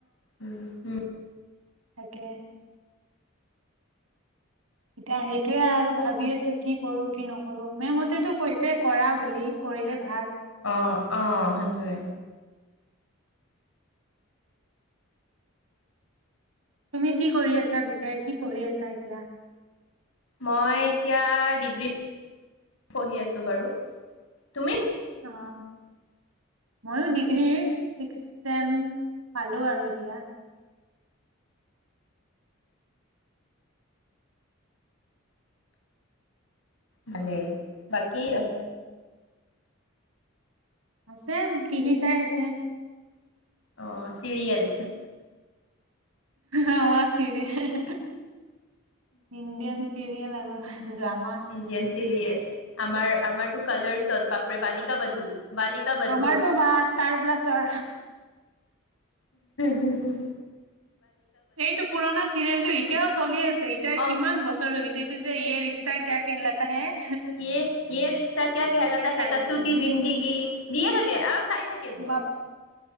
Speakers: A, on the left; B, on the right.
A: উম, উ।
B: তাকেহ। এতিয়া সেইটোয়ে আৰু ভাবি আছো। কি কৰো কি নকৰো মে মত টো কৈছে কৰা বুলি কৰিলে ভাল
A: অ আহ
B: উম
A: সেইটোয়ে
B: তুমি কি কৰি আছা পিছে কি পঢ়ি আছা এতিয়া
A: মই এতিয়া ডিগ্ৰী পঢ়ি আছো বাৰু তুমি
B: অ ময়ো ডিগ্ৰী ছিক্স চেম পালো আৰু এতিয়া
A: হালে বাকি
B: উম আছে টিভি চাই আছে
A: আহ চিৰিয়েল
B: অ', ছিৰিয়েল। ইণ্ডিয়ান চিৰি েল আৰু ন্দামা
A: ইণ্ডিয়ান চিৰিয়েল আমাৰ আমাৰতো কালাৰ্ছত, বাপৰে বালিক টো বধু বালিকা-বাধু।
B: আমাৰতো বা ষ্টাৰ প্লাছৰ
A: হম।
B: এইটো পুৰণা চিৰিয়েল টো এতিয়াও চলি আছে এতিয়া
A: অ
B: কিমান বছৰ হৈ গৈছে। সেইটো যে ইয়ে ৰিস্তা ক্যা কেহলাতা হ্যায়।
A: ইয়ে ইয়ে ৰিষ্টা কিয়া কেহলাটা হে
B: চাই
A: কচুতি
B: থাকে
A: জিন্দগী দিয়ে থাকে আৰু চাই থাকে বোৰ।
B: বাপ